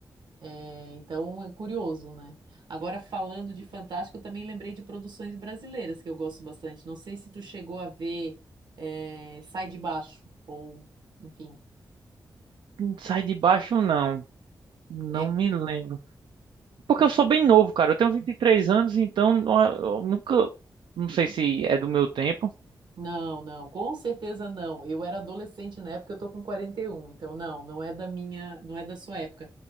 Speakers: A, on the right (about 65°); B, on the right (about 80°).
A: É, então é curioso, né? Agora, falando de fantástico, eu também lembrei de produções brasileiras que eu gosto bastante. Não sei se tu chegou a ver é, Sai de Baixo, ou enfim.
B: não sai de baixo não, não
A: é,
B: me lembro, porque
A: eu
B: eu sou bem novo, cara, eu tenho 23 anos, então eu eu nunca, não sei se é do meu tempo,
A: Não, não, com certeza não. Eu era adolescente na época, eu tô com 41, então não, não é da minha, não é da sua época.